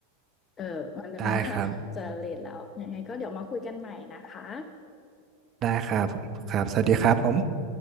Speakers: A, on the left; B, on the right.
A: เอ่อมันค่อนข้างจะเลตแล้วยังไงก็เดี๋ยวมาคุยกันใหม่นะคะ
B: ได้ครับได้ครับครับสวัสดีครับผม